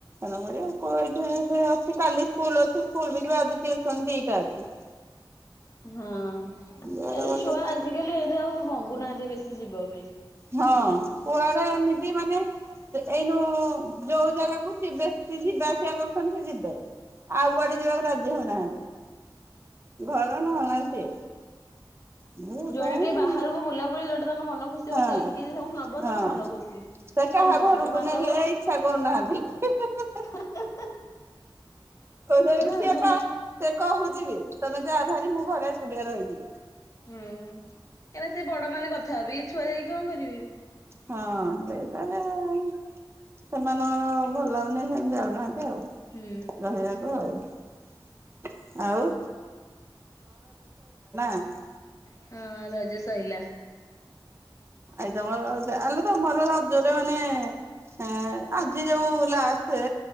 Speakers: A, on the right; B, on the left.
A: ମ ଏଠ ଅଛି କାଲି ସ୍କୁଲ ଅ ସ୍ଲ ଯ ଆଜିୁସନ ଦିଟା ଅଛି <unintelligible>
B: ହଁ
A: ଯୁଆଡେ
B: ଆରେ
A: ଗଲେ
B: ଛୁଆ ଆଜିକାଲି ଏମିତି ଆଉ ମଗୁନାହାନ୍ତି ବେଶୀ ଯିବା ପାଇଁ
A: ହଁ
B: ହୁଁ।
A: କୁଆଡେ ଏମିତି ମାନେ ଏଇନୁ ଯୋଉ ଜାଗାକୁ ଯିବା ଆସିବା କରୁଛନ୍ତି ସେ ଯିବେ। ଆଉ କୁଆଡେ ଯିବାକୁ ରାଜି ହଉନାହାନ୍ତି ଘର ନହେଲେ ନାଇ ସିଏ। ମୁଁ
B: ଯୁଆଡେ
A: କଣ
B: ଟିକେ ବାହାରକୁ ବୁଲା ବୁଲି ଯୋଉଟା ତାଙ୍କ ମନ ଖୁସି
A: ହଁ
B: ସେ ସେଇଠିକି ଯ ତାଙ୍କୁ ନବ
A: ହଁ
B: ତାଙ୍କ ମନ ଖୁସି
A: ସେ କାହା
B: ହଁ ବନ୍ଧୁବାନ୍ଧବ
A: ଘରକୁ ନେଲେ ଇଚଛା କରୁନାହାନ୍ତି। <unintelligible>
B: ହ <unintelligible>
A: କହୁ ସିଏ
B: ଆଉ।
A: ସେ କହୁଛି ବି ତମେ ଯାହା ଭାରି ମୁଁ ଘରେ ଏକୁଟିଆ ରହିଯିବି।
B: ହୁଁ କାହିଁକନା ସେ ବଡ ମାନେ କଥା ହେବି ଛୁଆ ଯାଇକି କଣ କରିବେ।
A: ହଁ ସେଇ ତାହେଲେ ସେମାନଙ୍କର ଭଲ ହଉନି ସେ ଯାଉନାହାନ୍ତି ଆଉ
B: ହୁଁ
A: ରହଯ <unintelligible> ହ ଆଉ <unintelligible>
B: ହଁ ରଜ ସରିଲା।
A: ଆଇ ତମର ଆଲୋ ତମର ରଜ ମାନେ ହଁ ଆଜି ଯୋଉ ଲାଷ୍ଟ